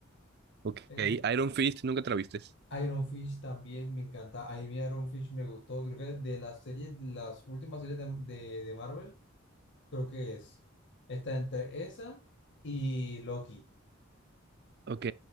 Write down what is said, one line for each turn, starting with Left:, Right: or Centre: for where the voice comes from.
Right: Ok,
Left: Ese.
Right: Iron Fist, nunca te la vistes.
Left: Iron Fish también me encanta. A mí Iron Fish me gustó. Creo que de las series, de las últimas series de de- de Marvel. creo que es. Está entre esa y Loki.
Right: Ok.